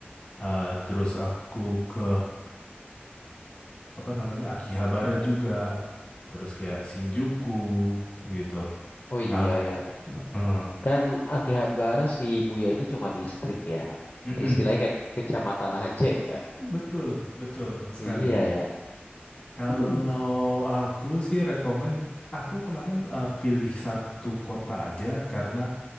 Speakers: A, on the left (about 20°); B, on the left (about 45°).
A: eh, terus aku ke apa namanya Akihabara juga terus kayak Shinjuku gitu
B: Oh
A: kah
B: iya ya.
A: Heeh.
B: Kan Akihabara Shibuya itu cuma distrik ya.
A: Mm-mm.
B: Istilahnya kayak kecamatan aja ya.
A: betul betul sekali
B: Iya ya.
A: kalau
B: <clears throat>
A: aku sih rekomen aku kemarin eh, pilih satu kota aja karena